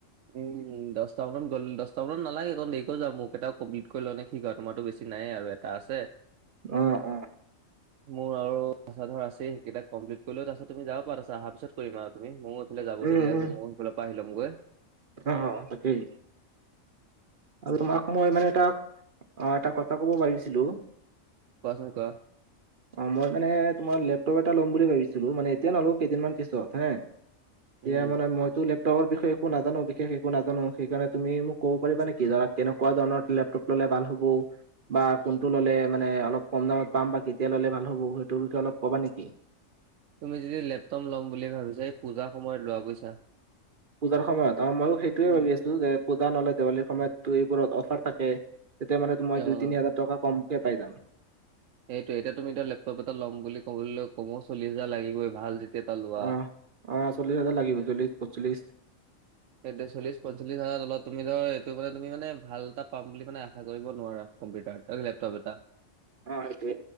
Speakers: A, on the right (about 75°); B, on the right (about 50°).
A: উম উম দটা মান গ'লে দহটা মানত নালাগে ক দেৰিকৈ যোৱা মোক কেইবাটাও কম্লিট কৰি লও নে কি কোৱা তোমাৰো বেছি নাই আৰু এ এটা আছে
B: অ', অ',
A: মোৰ আৰু আছা ধৰা আছেই সেই কেইটা কপ্লি কৰিলও তাৰপিছত তুমি যাব পাৰা অহাৰ পিছত কৰিম আৰু তুমি ময়ো ইফালে যাবলগীয়া
B: উম, উম,
A: আছে ময়ো সেইফালৰ পৰা আহি লমগৈ
B: অ তাকেই আৰু তোমাক ময় মানে এটা অ এটা কথা ক'ব আহিছিলো
A: কোৱা চোন কোৱা
B: <unintelligible> অ মই মানে তোমাৰ লেপটপ এটা ল'ম বুলি ভাবিছিলো মানে এতিয়া নলোও কেইদিনমান পিছত হে
A: উম
B: এতিয়া মানে মইটো লেপটপৰ বিষয়ে একো নাজা নাজানো বিশেষ একো নাজানো সেইকাৰণে তুমি মোক কব পাৰিবা নেকি ধৰা কেনেকুৱা ধৰণৰ লেপটপ ললে ভাল হ'ব, বা কোনটো ললে মানে অলপ কম দামত পাম বা কেতিয়া ললে ভাল হ'ব সেইটোৰ বিষয়ে অলপ ক'বা নেকি?
A: তুমি যদি লেপটপ ল'ম বুলি ভাবিছা পূজাৰ সময়ত লোৱা বুইচা,
B: পূজাৰ সময়ত অ মইয়ো সেইটোয়ে
A: উম।
B: ভাবি আছো যে পূজা নহলে দেৱালীৰ সময়তো এইবোৰত অফাৰ থাকে তেতিয়া মানে টো মই
A: অ'
B: দুই তিনি হাজাৰ টকা কমকে পাই যাম।
A: এইটোৱে এতিয়া তুমি এতিয়া লেপটপ এটা ল'ম বুলি ক'বলৈলে কমো চল্লিশ হাজাৰ লাগিবই ভাল যেতিয়া এটা লোৱা,
B: অ অ চল্লিছাজাৰ লাগিব চল্লিছ পঞ্চলিশ
A: সেইটোৱে চল্লিশ পঞ্চলিছ হাজাৰ তলত তুমি ধৰ এইটো মানে তুমিমানে ভাল এটা পাম বুলি মানে আশা কৰিব নোৱাৰা কম্পিউটাৰত তা কি লেপটপ এটা
B: অ সেইটোৱে